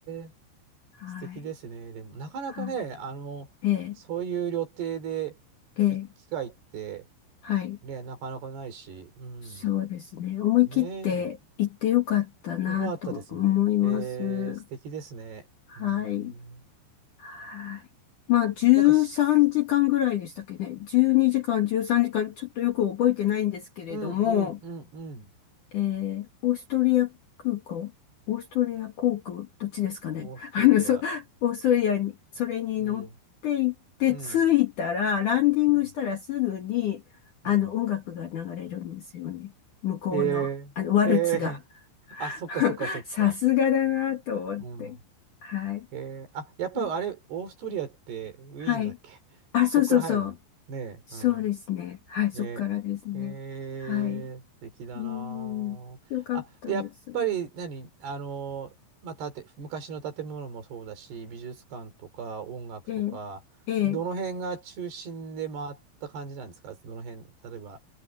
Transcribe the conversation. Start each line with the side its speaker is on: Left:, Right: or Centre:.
Right: え。
Left: はい、
Right: 素敵ですね。でも、なかなかね、
Left: はい。
Right: あの、
Left: ええ、
Right: そういう旅程で行く機会って、
Left: ええ、はい。
Right: ね、なかなかないし、うん。
Left: そうですね。思い切って行ってよかったなと思います。
Right: ねえ。よかったですね。えー、素敵ですね。
Left: はい。
Right: うーん。
Left: はい。まあ、13時間ぐらいでしたっけね。
Right: なんかす、
Left: 12時間、13時間、ちょっとよく覚えてないんですけれども、
Right: うんうんうんうん。
Left: えー、オーストリア空港オーストリア航空、どっちですかね。
Right: オーストリア。
Left: あの、そ、オーストリアに、それに乗って行って、
Right: うん。うん。
Left: 着いたら、ランディングしたらすぐに、
Right: うん
Left: あの、
Right: うん。
Left: 音楽が流れるんですよね。向こうの、
Right: え
Left: あの、ワルツが。
Right: ー、へえ <laughs>
Left: <laughs>
Right: あ、そっかそっかそっか。
Left: さすがだなと思って。
Right: うん。
Left: はい。
Right: へえあ、やっぱあれ、
Left: はい。
Right: オーストリアってウィーンだっけそっから入るのねえ。
Left: はいあ、そうそうそう。そうですね。
Right: うん
Left: はい、そっからですね。
Right: ね。えー、
Left: はい。う
Right: 素敵だなあ。
Left: ーん、よかったです。
Right: あ、で、やっぱり何、あの、まあ、建て、昔の建物もそうだし、美術館とか音楽とか、
Left: ええ、ええ、
Right: どの辺が中心で回った感じなんですかどの辺、例えば